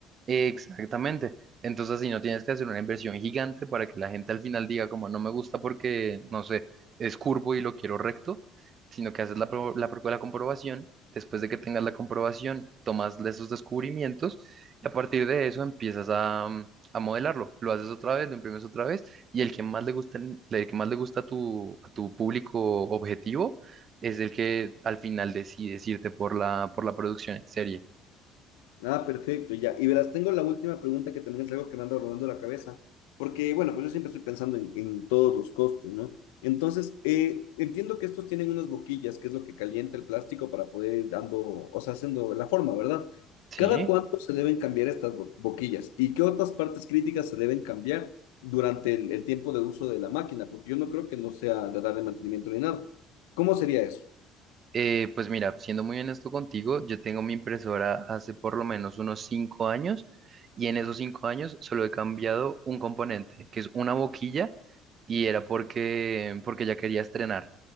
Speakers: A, on the right (about 45°); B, on the left (about 70°).
A: Exactamente. Entonces, si no tienes que hacer una inversión gigante para que la gente al final diga como no me gusta porque, no sé, es curvo y lo quiero recto, sino que haces la, pro- la, pro- la comprobación, después de que tengas la comprobación, tomas de esos descubrimientos y a partir de eso empiezas a, mm, a modelarlo. Lo haces otra vez, lo imprimes otra vez y el que más le gusta, el el que más le gusta a tu, a tu público objetivo es el que al final decide irte por la, por la producción en serie.
B: Ah, perfecto, ya. Y verás, tengo la última pregunta que también es algo que me anda rodando la cabeza, porque bueno, pues yo siempre estoy pensando en, en todos los costos, ¿no? Entonces, eh, entiendo que estos tienen unas boquillas, que es lo que calienta el plástico para poder ir dando, o sea, haciendo la forma, ¿verdad?
A: Sí.
B: ¿Cada cuánto se deben cambiar estas bo- boquillas? ¿Y qué otras partes críticas se deben cambiar durante el, el tiempo de uso de la máquina? Porque yo no creo que no sea de darle mantenimiento ni nada. ¿Cómo sería eso?
A: Eh, pues mira, siendo muy honesto contigo, yo tengo mi impresora hace por lo menos unos cinco años y en esos cinco años solo he cambiado un componente, que es una boquilla y era porque, porque ya quería estrenar.